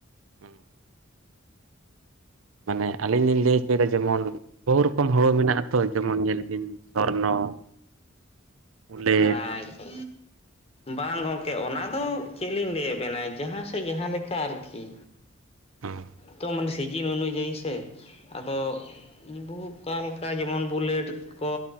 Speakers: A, on the right; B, on the left.
A: ᱦᱩᱸ ᱢᱟᱱᱮ ᱟᱞᱤᱧ ᱞᱤᱧ ᱞᱟᱹᱭ ᱦᱚᱪᱚᱭᱮᱫᱟ ᱡᱮᱢᱚᱱ ᱵᱚᱦᱩ ᱨᱚᱠᱚᱢ ᱦᱩᱲ ᱢᱮᱱᱟᱜ ᱟᱛᱚ ᱡᱮᱢᱚᱱ ᱧᱮᱞ ᱵᱤᱱ ᱥᱚᱨᱱᱚ ᱵᱩᱞᱮᱴ
B: ᱟᱪᱪᱷᱟ ᱵᱟᱝ ᱜᱚᱢᱠᱮ ᱚᱱᱟ ᱫᱚ ᱪᱮᱫ ᱞᱤᱧ ᱞᱟᱹᱭᱟᱵᱮᱱᱟ ᱡᱟᱦᱟᱸ ᱥᱮᱮᱫ ᱡᱟᱦᱟᱸ ᱞᱮᱠᱟ ᱟᱨᱠᱤ
A: ᱦᱮᱸ
B: ᱛᱚ ᱢᱟᱱᱮ ᱥᱤᱡᱤᱱ ᱚᱱᱩᱡᱟᱭᱤ ᱥᱮ ᱟᱫᱚ ᱵᱚᱠᱟ ᱞᱮᱠᱟ ᱡᱮᱢᱚᱱ ᱵᱩᱞᱮᱴ ᱠᱚ